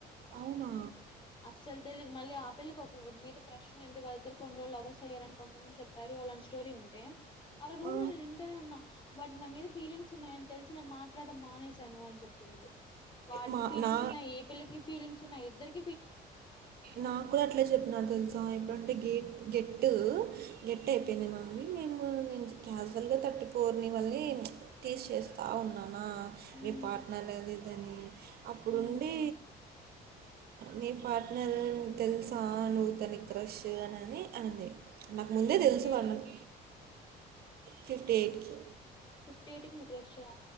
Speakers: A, on the right (about 65°); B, on the left (about 30°).
A: అవునా?
B: అస్సలు తెలీదు మళ్ళీ ఆపిల్కి ఒకరి మీద క్రష్ నినదివాళ్ళ ఇద్దరు కొ రోజులవర్స్య్యారని కొంతమంది చెప్పారు వాళ్ళని స్టోరీ ఉంటే అలా రూమ్
A: ఆ!
B: లో నేను ఇంటేనే ఉన్నా వాడ నా మీద ఫీలింగ్స్ ఉన్నాయని తెలిసి నేను మాట్లాడడం మానేశాను అని చెప్పింది వాడికి
A: మా
B: ఫీలింగ్స్
A: నా
B: ఉన్నాయి ఏ పిల్లకి ఫీలింగ్స్ ఉన్నాయి ఇద్దరికి
A: నా కూడా అట్లే చెప్పినారు తెలుసా ఎప్పుడంటే గేట్ గెట్టు గెట్
B: హ్మ్.
A: అయిపోయినా మీ మేము నేను క్యాజువల్గా థర్టీ ఫోర్ని మళ్ళీ తీసేస్త కాావున్నానా
B: హ్మ్.
A: మీ పార్ట్నర్ లే అది దాని అప్పుడుండి
B: హ్మ్.
A: నీ అ పార్ట్నర్కు తెలుసా అని వ్వు తది క్రష్ అనిని అయింది నాకు ముందే
B: ఎవరికీ?
A: తెలుసు వాళ నాకు ఫిఫ్టీ ఎయిట్కి సు
B: ఫిఫ్టీ ఏటికి నుకు రష్యా